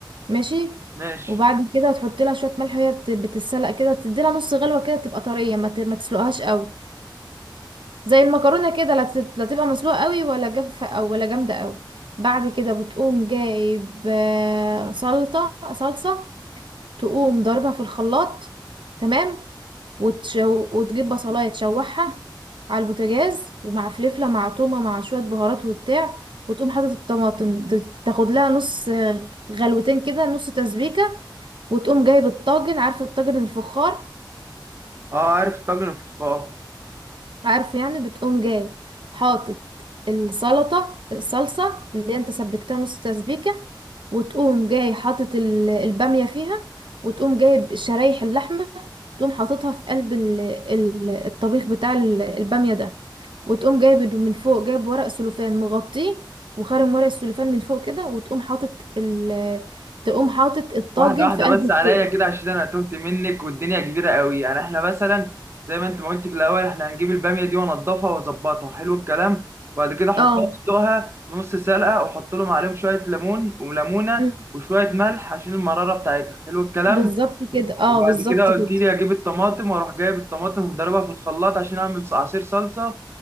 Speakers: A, on the right; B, on the right.
A: ماشي
B: ماشي
A: وبعد كده تحط لها شويه ملح وهي بت- بتتسلق كده تدي لها نص غلوه كده تبقى طريه ما ت- ما تسلقهاش قوي زي المكرونه كده لا تت- لا تبقى مسلوقه قوي ولا جافه او ولا جامده قوي بعد كده بتقوم جايب آه، سلطه صلصه تقوم ضاربها في الخلاط تمام وتشو... وتجيب بصلاية تشوحها على البوتاجاز ومع فلفلة مع تومة مع شوية بهارات وبتاع وتقوم حاطط الطماطم ت- تاخد لها نص آه، غلوتين كده نص تسبيكة وتقوم جايب الطاجن عارف الطاجن الفخار
B: اه عارف الطاجن الفخار
A: عارفه يعني بتقوم جاي حاطط السلطة الصلصة اللي انت سبكتها نص تسبيكة وتقوم جاي حاطط ال- البامية فيها وتقوم جايب شرايح اللحمة تقوم حاططها في قلب ال- ال- الطبيخ بتاع ال- البامية ده وتقوم جايب من فوق جايب ورق سلوفان مغطيه وخارم ورق السلوفان من فوق كده وتقوم حاطط ال تقوم حاطط الطاجن
B: واحدة واحدة
A: في قلب
B: بس
A: الفرن
B: عليا كده عشان أنا تهت منك والدنيا كبيرة قوي يعني إحنا مثلا زي ما أنت ما قلت في الأول إحنا هنجيب البامية دي وأنضفها وأظبطها حلو الكلام وبعد كده أحطها
A: اه
B: أسلقها نص سلقة وأحط لهم عليهم شوية ليمون وليمونة
A: مم.
B: وشوية ملح عشان المرارة بتاعتها حلو الكلام
A: بالظبط كده اه
B: وبعد
A: بالظبط
B: كده قلت
A: كده
B: لي أجيب الطماطم وأروح جايب الطماطم ومضربها في الخلاط عشان أعمل عصير صلصة